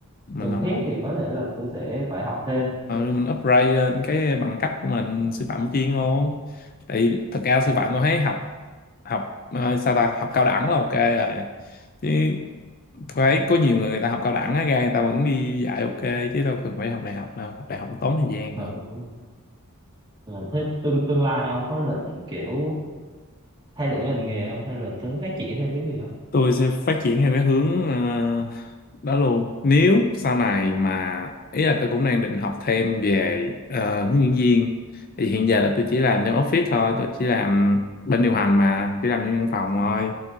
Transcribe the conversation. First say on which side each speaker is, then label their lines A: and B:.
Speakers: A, on the left; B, on the right.
A: mình
B: cần
A: học
B: thiết thì có thể là tôi sẽ phải học thêm.
A: ừ, mình upgrade lên cái bằng cấp của mình sư phạm chuyên luôn tại vì thật ra sư phạm tôi thấy học học ờ, sao ta học cao đẳng là ok rồi chứ tôi thấy có nhiều người người ta học cao đẳng á ra người ta vẫn đi dạy ok chứ đâu cần phải học đại học đâu học đại học tốn thời gian
B: Ừ,
A: hơn
B: đúng rồi. Ờ, thế tương tương lai ông có định kiểu thay đổi ngành nghề không hay là tính phát triển thêm cái gì không?
A: tôi sẽ phát triển theo cái hướng ờ, đó luôn nếu sau này mà ý là tôi cũng đang định học thêm về ờ, hướng dẫn viên thì hiện giờ là tôi chỉ làm trong office thôi tôi chỉ làm bên điều hành mà chỉ làm trong văn phòng thôi